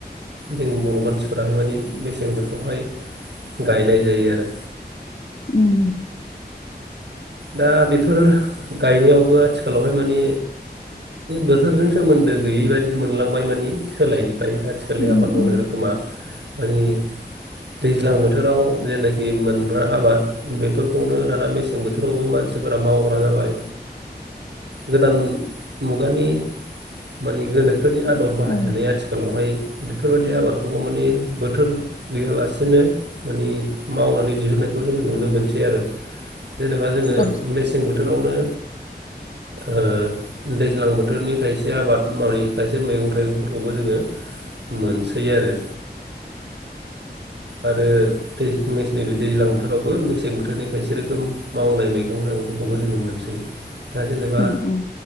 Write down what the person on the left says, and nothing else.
उम।
उम
उम
औ
औ
उम उम